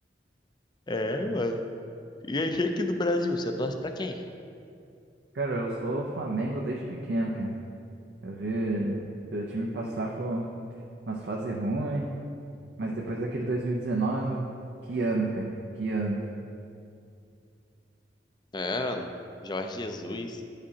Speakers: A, on the left; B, on the right.
A: É, mano. E aí, aqui no Brasil, você torce pra quem?
B: Cara, eu sou Flamengo desde pequeno, cara. Eu vi, vi o time passar por umas fases ruins. Mas depois daquele 2019, que ano, cara? Que ano.
A: É, mano. Jorge Jesus,